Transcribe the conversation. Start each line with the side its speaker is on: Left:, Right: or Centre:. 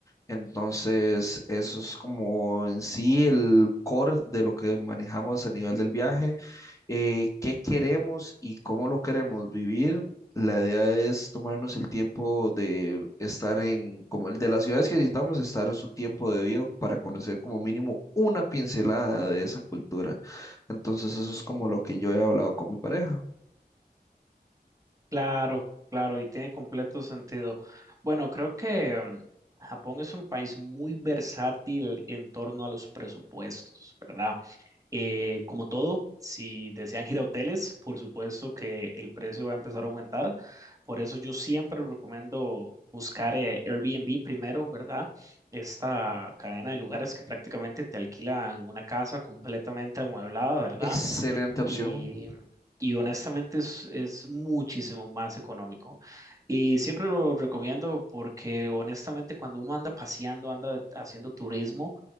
Left: Entonces, eso es como en sí el core de lo que manejamos a nivel del viaje eh, qué queremos y cómo lo queremos vivir. La idea es tomarnos el tiempo de estar en, como el de las ciudades que visitamos, estar en su tiempo debido para conocer como mínimo una pincelada de esa cultura. Entonces eso es como lo que yo he hablado con mi pareja.
Right: Claro, claro, y tiene completo sentido. Bueno, creo que mm, Japón es un país muy versátil en torno a los presupuestos, ¿verdad? Eh, como todo, si desean ir a hoteles, por supuesto que el precio va a empezar a aumentar. Por eso yo siempre recomiendo buscar eh, Airbnb primero, ¿verdad? Esta cadena de lugares que prácticamente te alquilan una casa completamente amueblada, ¿verdad?
Left: Excelente opción.
Right: y, y honestamente es, es muchísimo más económico. Y siempre lo recomiendo porque honestamente cuando uno anda paseando, anda haciendo turismo,